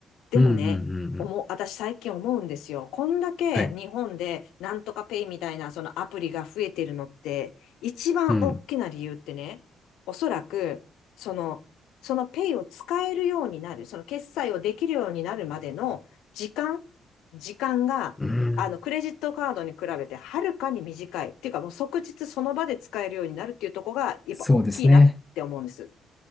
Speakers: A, on the left; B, on the left.
A: でもね、
B: うん。うん。うんうん
A: 思う、私最近思うんですよ。こんだけ日本でなんとかペイみたいなそのアプリが増えてるのって、
B: はい。
A: 一番大きな理由ってね、
B: うん。
A: おそらく、その、そのペイを使えるようになる、その決済をできるようになるまでの時間、時間が、
B: うん。
A: あの、クレジットカードに比べてはるかに短い。っていうかもう即日その場で使えるようになるっていうところが、やっぱ大きいなって思うんです。
B: そうですね。